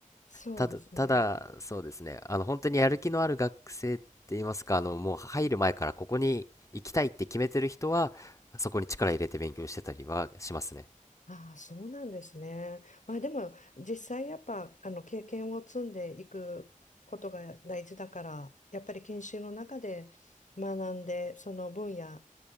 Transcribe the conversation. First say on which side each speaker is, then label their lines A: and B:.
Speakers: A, on the left; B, on the left.
A: そうですね。
B: ただ、ただそうですねあの本当にやる気のある学生って言いますかあのもう入る前からここに行きたいって決めてる人はそこに力入れて勉強してたりはしますね
A: ああ、そうなんですね。まあでも、実際やっぱ、あの、経験を積んでいくことが大事だから、やっぱり研修の中で学んで、その分野、